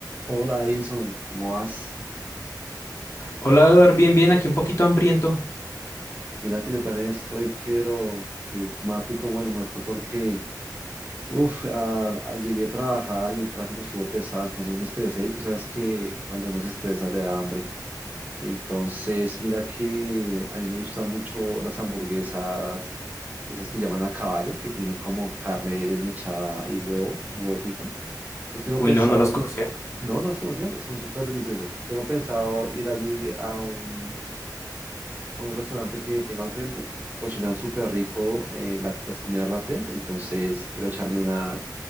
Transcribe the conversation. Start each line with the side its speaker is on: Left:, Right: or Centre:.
Right: Hola Edison, ¿cómo vas?
Left: Hola, Eduard, bien, bien, aquí un poquito hambriento.
Right: Mira que yo también estoy, quiero que mate como el muerto porque, uff, llegué a trabajar y el tráfico estuvo pesado, entonces me estresé y tú sabes que cuando uno se estresa le da hambre. Entonces, mira que a mí me gustan mucho las hamburguesas, esas que llaman a caballo, que tienen como carne desmechada y huevo, huevo frito. Entonces tengo
Left: Uy,
Right: pensado,
Left: no, no las conocía.
Right: no, no las conocías, son súper deliciosas. Tengo pensado ir allí a un a un restaurante que tenga al frente. Cocinan súper rico eh, la- las comidas rápidas, entonces quiero echarme una,